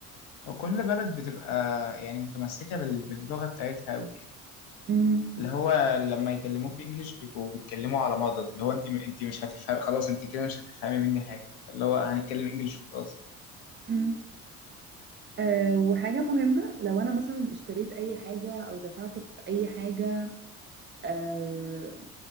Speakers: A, on the left; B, on the right.
A: وكل بلد بتبقى يعني متمسكة بال- باللغة بتاعتها قوي
B: امم
A: اللي هو لما يكلموك انجليش بيبقوا بيتكلموا على مضض اللي هو انت انت مش هتفهم خلاص انت كده مش هتفهمي مني حاجه اللي هو هنتكلم انجليش وخلاص
B: امم أه وحاجة مهمة لو أنا مثلا اشتريت أي حاجة أو دفعت في أي حاجة آه،